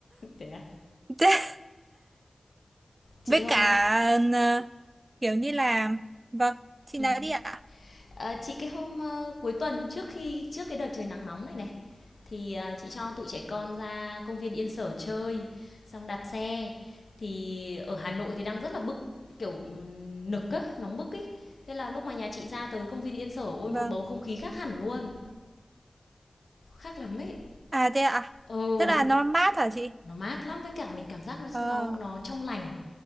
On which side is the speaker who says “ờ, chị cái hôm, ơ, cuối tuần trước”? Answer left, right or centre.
Left